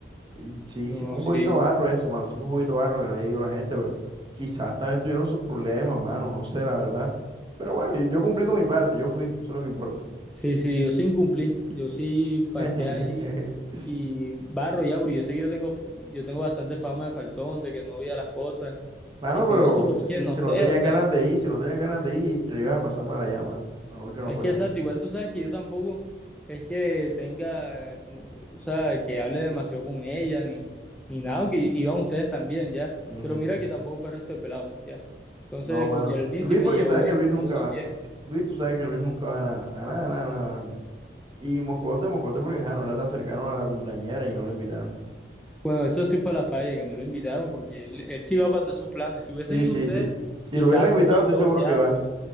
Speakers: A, on the right; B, in the centre.
A: y sí,
B: No,
A: sí fue un
B: sí,
A: poquito barro eso, mano. Sí fue un poquito barro que no haya ido la gente, pero quizás también tuvieron sus problemas, mano. No sé, la verdad. Pero bueno, yo, yo cumplí con mi parte, yo fui, eso es lo que importa.
B: sí, sí, yo sí incumplí, yo sí falté
A: <laughs>
B: ahí y barro ya, porque yo sé que yo tengo, yo tengo bastante fama de faltón, de que no veía las cosas
A: Mano,
B: y todo
A: pero
B: eso, pero
A: si,
B: es que no
A: si
B: sé,
A: no tenías
B: o sea.
A: ganas de ir, si no tenías ganas de ir, te la ibas a pasar mal allá, mano. Mejor que no
B: Es
A: fueras
B: que exacto,
A: yo.
B: igual tú sabes que yo tampoco es que tenga, como, o sea, que hable demasiado con ella, ni, ni nada, que iban ustedes también, ¿ya?
A: Ujú.
B: Pero mira que tampoco fue el resto de pelados, ¿ya? Entonces,
A: No, mano.
B: con Geraldine
A: Luis,
B: sí me
A: porque
B: llevo
A: sabes
B: bien,
A: que Luis
B: contigo
A: nunca
B: también.
A: va. Luis, tú sabes que Luis nunca va a nada. A nada, a nada, a nada. va Luis. Y Moscote, Moscote, porque ajá, no era tan cercano a la cumpleañera y no lo invitaron.
B: Bueno, eso sí fue la falla, que no lo invitaron, porque él, él sí va para todos esos planes. Si hubiesen
A: Sí,
B: ido
A: sí,
B: ustedes,
A: sí. Si
B: quizá
A: lo hubieran invitado,
B: todos,
A: estoy
B: todos
A: seguro
B: ya,
A: que va.
B: porque